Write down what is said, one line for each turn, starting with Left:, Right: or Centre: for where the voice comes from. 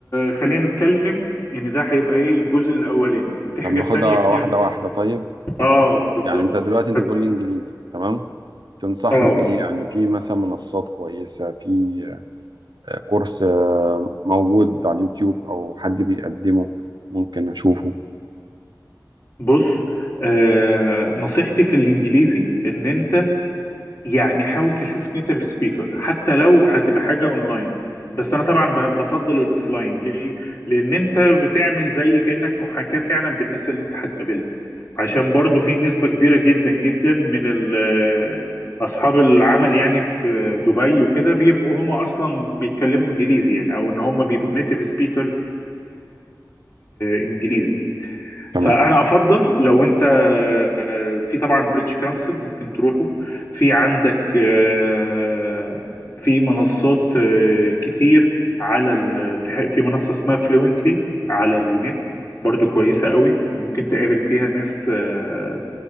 Left: خلينا نتكلم يعني ده هيبقى ايه الجزء الاولاني في
Right: طب
Left: حاجات
Right: ناخدها
Left: تانية كتير
Right: واحده واحده طيب
Left: اه بالظبط
Right: يعني انت دلوقتي انت
Left: ف...
Right: بتقول لي انجليزي تمام تنصحني
Left: اه
Right: بايه يعني في مثلا منصات كويسه في كورس آه، موجود على اليوتيوب او حد بيقدمه ممكن اشوفه
Left: بص آه نصيحتي في الانجليزي ان انت يعني حاول تشوف نيتيف سبيكر حتى لو هتبقى حاجة اونلاين بس انا طبعا ب- بفضل الاوفلاين ليه لان انت بتعمل زي كأنك محاكاة فعلا بالناس اللي انت هتقابلها عشان برضو في نسبة كبيرة جدا جدا من ال- أصحاب العمل يعني في دبي وكده بيبقوا هم أصلا بيتكلموا إنجليزي يعني أو إن هم بيبقوا نيتيف سبيكرز إنجليزي
Right: تمام
Left: فانا افضل لو انت آه، في طبعا بريتش كونسل ممكن تروحه في عندك آه، في منصات آه، كتير على ال... في ح- في منصة اسمها فلوينتلي على النت برضو كويسة قوي وممكن تقابل فيها ناس آه،